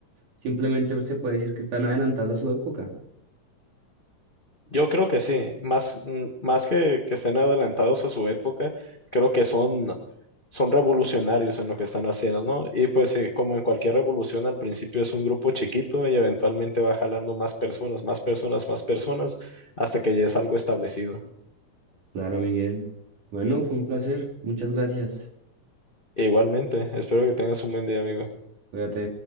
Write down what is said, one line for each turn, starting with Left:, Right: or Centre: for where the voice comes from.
Right: simplemente se puede decir que están adelantados a su época.
Left: Yo creo que sí, más, mm, más que, que estén adelantados a su época, creo que son, son revolucionarios en lo que están haciendo, ¿no? Y pues eh, como en cualquier revolución, al principio es un grupo chiquito y eventualmente va jalando más personas, más personas, más personas, hasta que ya es algo establecido.
Right: Claro, Miguel. Bueno, fue un placer. Muchas gracias.
Left: igualmente, espero que tengas un buen día, amigo.
Right: Cuídate.